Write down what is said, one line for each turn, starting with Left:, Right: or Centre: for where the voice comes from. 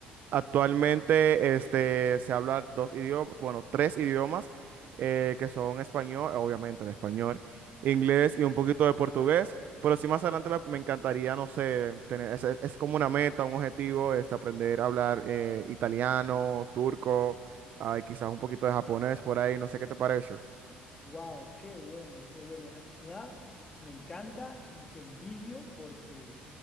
Right: Actualmente este, se habla dos idiomas, bueno, tres idiomas eh, que son español, obviamente el español, inglés y un poquito de portugués, pero sí más adelante me, me encantaría, no sé, tener, es, es- es como una meta, un objetivo, este, aprender a hablar eh, italiano, turco, ah, y quizás un poquito de japonés por ahí, no sé qué te parece.
Left: Wow, qué bueno, qué bueno. La verdad, <clears throat> me encanta y te envidio porque